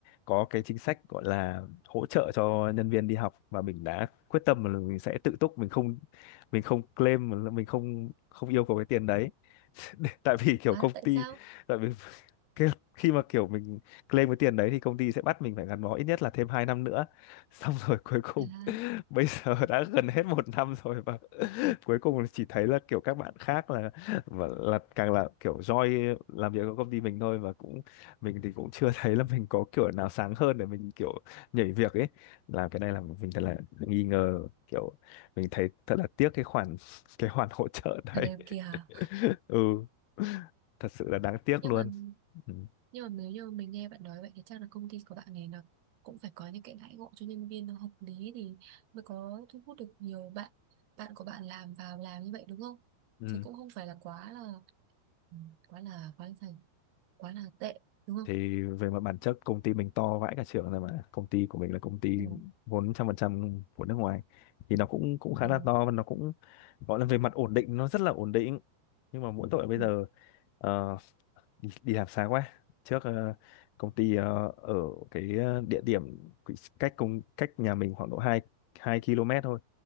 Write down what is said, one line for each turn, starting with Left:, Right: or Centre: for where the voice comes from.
Left: có cái chính sách gọi là hỗ trợ cho nhân viên đi học và mình đã quyết tâm là mình sẽ tự túc mình không mình không claim mình không không yêu cầu cái tiền đấy <laughs> tại vì kiểu
Right: Đó,
Left: công
Right: tại
Left: ty
Right: sao?
Left: tại vì <laughs> cái, khi mà kiểu mình claim cái tiền đấy thì công ty sẽ bắt mình phải gắn bó ít nhất là thêm 2 năm nữa <laughs> xong rồi cuối cùng
Right: À,
Left: <laughs> bây giờ đã gần hết một năm rồi và <laughs> cuối cùng là chỉ thấy là kiểu các bạn khác là và là càng là kiểu joy làm việc ở công ty mình thôi và cũng mình thì cũng chưa <laughs> thấy là mình có kiểu nào sáng hơn để mình kiểu nhảy việc ấy làm cái này là mình thật là nghi ngờ kiểu mình thấy thật là tiếc cái khoản <laughs> cái khoản hỗ trợ đấy
Right: ở đây kia hả?
Left: <laughs> ừ thật sự là đáng tiếc
Right: Nhưng
Left: luôn
Right: mà
Left: ừ.
Right: nhưng mà nếu như mình nghe bạn nói vậy thì chắc là công ty của bạn này là cũng phải có những cái đãi ngộ cho nhân viên nó hợp lý thì mới có thu hút được nhiều bạn bạn của bạn làm vào làm như vậy đúng không?
Left: Ừ.
Right: Chứ cũng không phải là quá là ừ, quá là quá là dày. quá là tệ đúng không
Left: thì về mặt bản chất công ty mình to vãi cả trưởng rồi mà công ty của mình là công ty
Right: ừ.
Left: vốn một trăm phần trăm của nước ngoài thì nó cũng cũng khá
Right: Ừ.
Left: là to và nó cũng gọi là về mặt ổn định nó rất là ổn định nhưng mà mỗi tội bây
Right: Ừ.
Left: giờ ờ, đi, đi làm xa quá trước ờ, công ty ờ, ở cái ờ, địa điểm cái- cách công cách nhà mình khoảng độ hai hai km thôi